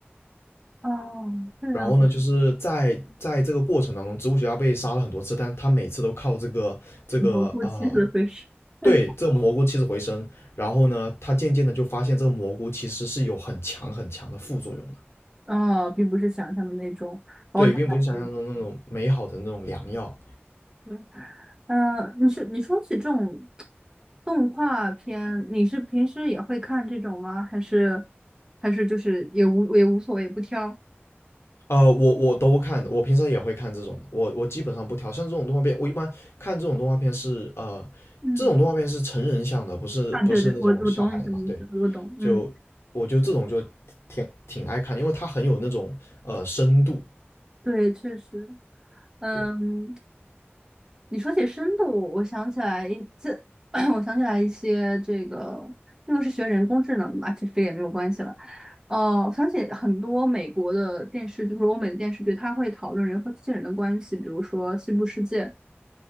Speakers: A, on the right; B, on the left.
A: 哦，这样啊，
B: 然后呢，就是在在这个过程当中，植物学家被杀了很多次，但他每次都靠这个这个呃，
A: 我过期的会是，<laughs>
B: 对这个蘑菇起死回生。然后呢，他渐渐的就发现这个蘑菇其实是有很强很强的副作用的，
A: 啊，并不是想象的那种包场满意。
B: 对，并不是想象中那种美好的那种良药。
A: 对，呃，你是你说起这种动画片，你是平时也会看这种吗？还是还是就是也无也无所谓，不挑？
B: 呃，我我都看，我平常也会看这种的，我我基本上不挑，像这种动画片，我一般看这种动画片是呃，
A: 嗯，
B: 这种动画片是成人向的，不是不是那种小孩的嘛，
A: 啊，对对，我我懂你什么意思，
B: 对，
A: 我懂，
B: 就我就这种就挺挺爱看，
A: 嗯，
B: 因为它很有那种呃深度，
A: 对，确实，嗯，
B: 对，
A: 你说起深度，我想起来一这，<clears throat> 我想起来一些这个，那个是学人工智能的嘛，其实这也没有关系了。哦、我想起很多美国的电视，就是欧美的电视剧，它会讨论人和机器人的关系，比如说《西部世界》，